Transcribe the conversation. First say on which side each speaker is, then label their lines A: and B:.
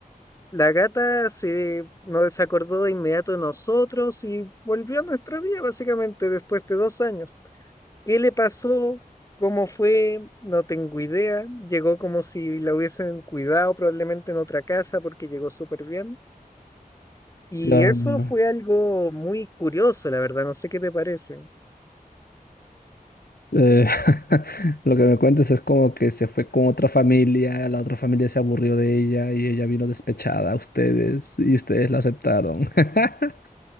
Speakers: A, on the left; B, on the left.
A: la gata se nos se acordó de inmediato de nosotros y volvió a nuestra vida, básicamente, después de dos años. ¿Qué le pasó? ¿Cómo fue? No tengo idea. Llegó como si la hubiesen cuidado probablemente en otra casa porque llegó súper bien. Y
B: Dios
A: eso
B: mío.
A: fue algo muy curioso, la verdad. No sé qué te parece.
B: Eh, <laughs> lo que me cuentas es como que se fue con otra familia, la otra familia se aburrió de ella y ella vino despechada a ustedes y ustedes la aceptaron. <laughs>